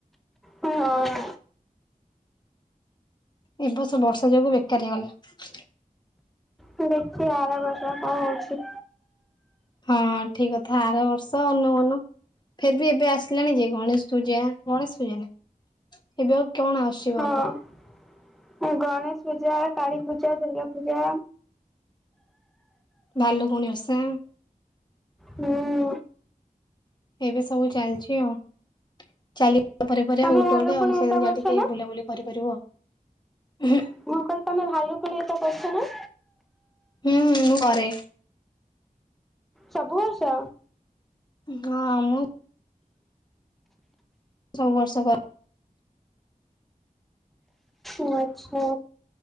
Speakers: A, in the centre; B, on the left (about 30°).
A: ହଁ।
B: ଏ ବର୍ଷ ବର୍ଷା ଯୋଗୁ ବେକାର ହେଇଗଲା।
A: ଦେଖିଆ ବା ଆର ବର୍ଷ କଣ ହଉଛି।
B: ହଁ ଠିକ୍ କଥା ଆର ବର୍ଷ ଅନଉ ଅନଉ। ଫେରେ ବି ଏବେ ଆସିଲାଣି ଯେ ଗଣେଶ ପୂଜା ଗଣେଶ ପୂଜା ନା ଏବେ ଆଉ କଣ ଆସୁଛି? ପର୍ବ
A: ହଁ ଗଣେଶ ପୂଜା, କାଳୀ ପୂଜା, ଦୁର୍ଗା ପୂଜା
B: ଭାଲୁକୁଣି ଓଷା।
A: ହୁଁ।
B: ଏବେ ସବୁ ଚାଲିଛି ଆଉ ଚାଲି ପରେପରେ
A: ତମେ
B: ଆଉ।
A: ଭାଲୁକୁଣି
B: ଟେ <unintelligible> ଆଉ ସିଏ
A: ଓଷା
B: ଯା
A: କରୁଛ
B: ଟିକେ
A: ନା?
B: ବୁଲାବୁଲି କରିପାରିବ ଆଉ। ହୁ,
A: ମୁ କହିଲି ତମେ ଭାଲୁକୁଣୀ ଓଷା କରିଛ ନା।
B: ହୁଁ -ହୁଁ ମୁଁ କରେ।
A: ସବୁ ବର୍ଷ।
B: ହଁ, ମୁଁ ସବୁ ବର୍ଷ କର।
A: ଓ ଆଚ୍ଛା।